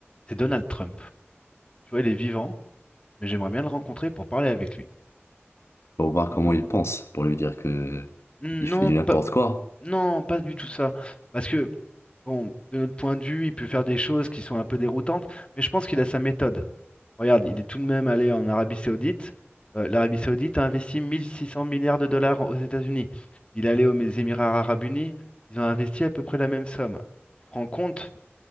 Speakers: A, on the left; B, on the left.
A: c'est Donald Trump. Tu vois, il est vivant, mais j'aimerais bien le rencontrer pour parler avec lui,
B: Pour voir
A: tout
B: comment
A: simplement.
B: il pense, pour lui dire que
A: Hmm,
B: il
A: Non,
B: fait du
A: pas,
B: n'importe quoi.
A: non, pas du tout ça. Parce que Bon, de notre point de vue, il peut faire des choses qui sont un peu déroutantes, mais je pense qu'il a sa méthode. Regarde, il est tout de même allé en Arabie Saoudite. Euh, l'Arabie Saoudite a investi 1600 milliards de dollars aux États-Unis. Il est allé aux Émirats Arabes Unis. Ils ont investi à peu près la même somme. Tu te rends compte